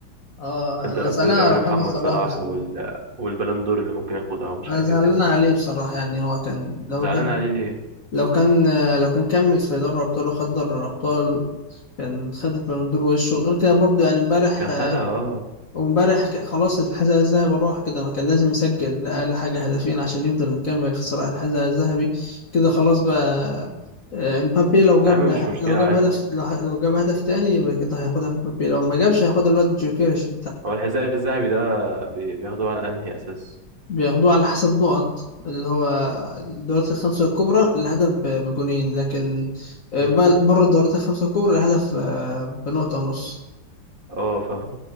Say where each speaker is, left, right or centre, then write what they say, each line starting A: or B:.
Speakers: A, on the left (about 45°); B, on the right (about 45°).
A: أه
B: انت
A: أنا
B: رأيك
A: زعلان
B: في اللي بيعمله
A: على محمد
B: محمد
A: صلاح
B: صلاح
A: بس
B: وال... والبلندور اللي ممكن ياخدها ومش
A: أنا
B: عارف
A: زعلان
B: ايه وكده
A: عليه بصراحة يعني هو كان لو
B: زعلان
A: كان
B: عليه ليه
A: لو كان لو كان كمل في دوري أبطال وخد دوري الأبطال كان خد البالون دور وشه غير كده برضه يعني امبارح
B: كان خدها
A: آه،
B: اه
A: وامبارح ك- خلاص الحذاء الذهبي راح كده ما كان لازم يسجل أقل حاجة هدفين عشان يفضل مكمل في صراع الحذاء الذهبي كده خلاص بقى آه، امبابي لو جاب
B: يا عم مش مشكلة
A: لو جاب
B: عادي
A: هدف لو لو جاب هدف تاني يبقى كده هياخدها امبابي لو ما جابش هياخدها الواد جوكيريش
B: هو الحذاء الذهبي ده بي... بياخدوه على انهي اساس
A: بياخدوه على حسب نقط اللي هو الدورات الخمسة الكبرى الهدف ب- بجونين لكن
B: مم.
A: آه، بل- بره الدورات الخمسة الكبرى الهدف آه، بنقطة ونص
B: اه فاهم